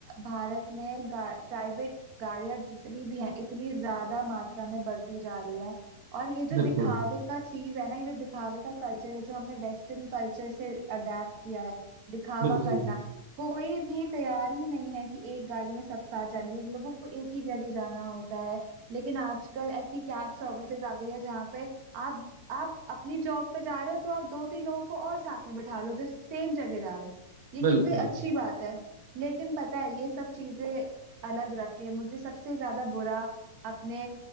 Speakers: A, on the right; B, on the right.
A: भारत में गा, प्राइवेट गाड़ियां जितनी भी हैं इतनी ज्यादा मात्रा में बढ़ती जा रही है और ये जो
B: बिल्कुल
A: दिखावे का चीज है ना ये जो दिखावे का कल्चर है जो हमने वेस्टर्न कल्चर से अडेप्ट किया है दिखावा
B: बिल्कुल
A: करना कोई भी तैयार ही नहीं है कि एक गाड़ी में सब साथ जाने के लिए लोगों को एक ही जगह जाना होता है लेकिन आजकल ऐसी कैब सर्विसेज आ गई है जहाँ पे आप आप अपनी जॉब पे जा रहे हो तो आप दो तीन लोगों को और साथ में बिठा लो जो सेम जगह जा रहे हैं ये
B: बिल्कुल
A: कितनी अच्छी बात है लेकिन पता है ये सब चीजें अलग रख के मुझे सबसे ज्यादा बुरा अपने